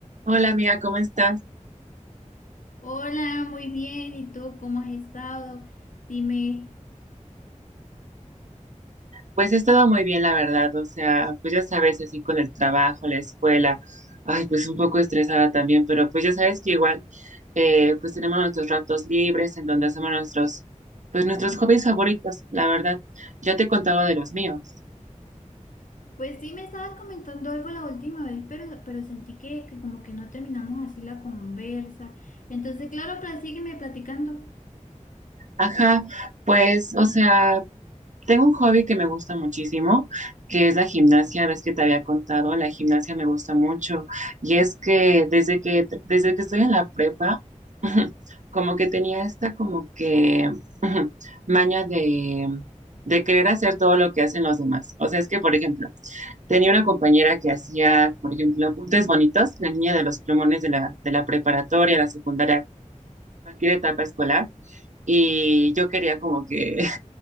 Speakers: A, on the right (about 65°); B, on the left (about 75°).
A: Hola amiga, ¿cómo estás?
B: Hola, muy bien. ¿Y tú cómo has estado? Dime,
A: Pues he estado muy bien, la verdad, o sea, pues ya sabes, así con el trabajo, la escuela, ay, pues un poco estresada también, pero pues ya sabes que igual, eh, pues tenemos nuestros ratos libres en donde hacemos nuestros, pues nuestros hobbies favoritos, la verdad. Ya te he contado de los míos.
B: pues sí me estabas comentando algo la última vez, pero, pero sentí que, que como que no terminamos así la conversa. Entonces, claro, pero sígueme platicando.
A: Ajá, pues, o sea, Tengo un hobby que me gusta muchísimo, que es la gimnasia. Ves que te había contado, la gimnasia me gusta mucho. Y es que desde que, desde que estoy en la prepa, <laughs> como que tenía esta como que <laughs> maña de, de querer hacer todo lo que hacen los demás. O sea, es que, por ejemplo, tenía una compañera que hacía, por ejemplo, apuntes bonitos, la niña de los plumones de la, de la preparatoria, la secundaria, cualquier etapa escolar. Y yo quería como que